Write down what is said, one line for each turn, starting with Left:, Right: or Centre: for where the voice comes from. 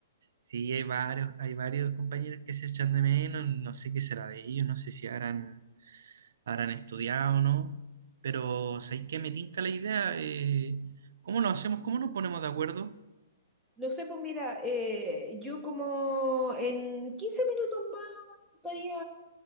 Right: Sí, hay varios, hay varios compañeros que se echan de menos, no sé qué será de ellos, no sé si habrán, habrán estudiado o no, pero ¿sabéis qué? Me tinca la idea, eh, ¿cómo lo hacemos? ¿Cómo nos ponemos de acuerdo?
Centre: No sé, pues mira, eh, yo como en 15 minutos más estaría